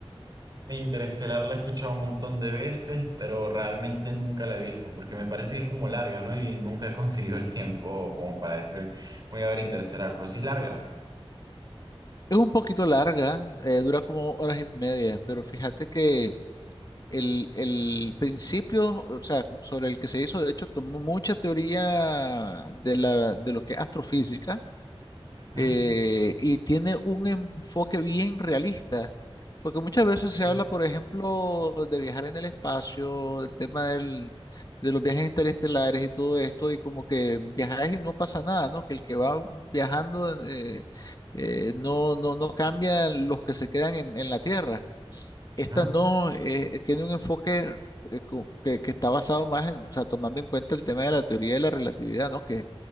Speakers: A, on the right; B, on the left.
A: Interestelar la he escuchado un montón de veces, pero realmente nunca la he visto, porque me parece que es como larga, ¿no? Y nunca he conseguido el tiempo como para decir, voy a ver Interestelar, pero sí es larga.
B: Es un poquito larga, eh, dura como horas y media, pero fíjate que el, el principio, o sea, sobre el que se hizo, de hecho, tomó mucha teoría de la, de lo que es astrofísica
A: Ujú,
B: eh, y tiene un enfoque bien realista, porque muchas veces
A: Ok,
B: se habla, por ejemplo, de viajar en el espacio, del tema del, de los viajes interestelares y todo esto, y como que viajar y no pasa nada, ¿no? Que el que va viajando eh, eh, no, no, no cambia los que se quedan en, en la Tierra. Esta
A: ujú,
B: no, eh, tiene un enfoque eh, co- que, que está basado más en, o sea, tomando en cuenta el tema de la teoría de la relatividad, ¿no? Que